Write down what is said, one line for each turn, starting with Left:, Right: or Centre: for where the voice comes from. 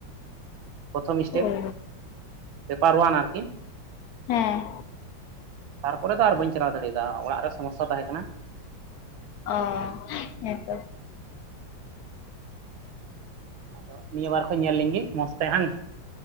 Right: ᱯᱨᱚᱛᱷᱚᱢ ᱤᱥᱴᱮᱯ
Left: ᱚ
Right: ᱯᱮᱯᱟᱨ ᱚᱣᱟᱱ ᱟᱨᱠᱤ
Left: ᱦᱮᱸ
Right: ᱛᱟᱨᱯᱚᱨᱮ ᱫᱚ ᱟᱨ ᱵᱟᱹᱧ ᱪᱟᱞᱟᱣ ᱫᱟᱲᱮᱭᱟ ᱫᱟ ᱚᱲᱟᱜ ᱨᱮ ᱥᱚᱢᱚᱥᱥᱟ ᱛᱟᱦᱮᱸ ᱠᱟᱱᱟ ᱾
Left: ᱚᱻ ᱦᱮᱸᱛᱚ
Right: ᱟᱫᱚ ᱱᱤᱭᱟᱹ ᱵᱟᱨ ᱠᱷᱚᱡ ᱧᱮᱞ ᱞᱤᱧ ᱜᱤ ᱢᱚᱸᱡᱽ ᱛᱮ ᱦᱟᱝ